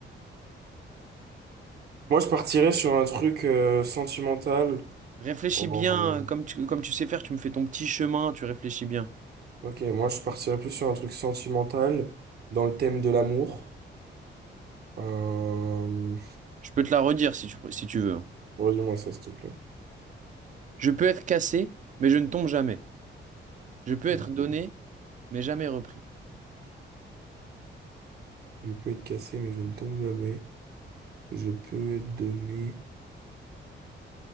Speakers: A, on the right; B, on the right.
A: Moi, je partirais sur un truc euh, sentimental.
B: Réfléchis
A: Oh,
B: bien, euh, comme tu, comme tu sais faire, tu me fais ton petit chemin, tu réfléchis bien.
A: Ok, moi, je partirais plus sur un truc sentimental dans le thème de l'amour. Euh,
B: Je peux te la redire si tu, si tu veux. hein.
A: Redis-moi ça, s'il te plaît.
B: Je peux être cassé, mais je ne tombe jamais. Je peux être
A: Ok.
B: donné, mais jamais repris.
A: Je peux être cassé, mais je ne tombe jamais. Je peux être donné.